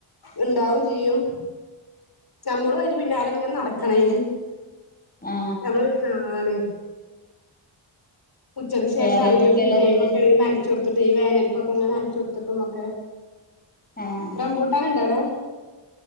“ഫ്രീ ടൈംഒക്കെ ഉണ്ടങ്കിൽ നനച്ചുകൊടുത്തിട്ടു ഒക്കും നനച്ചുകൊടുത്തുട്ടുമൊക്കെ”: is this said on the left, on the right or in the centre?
Left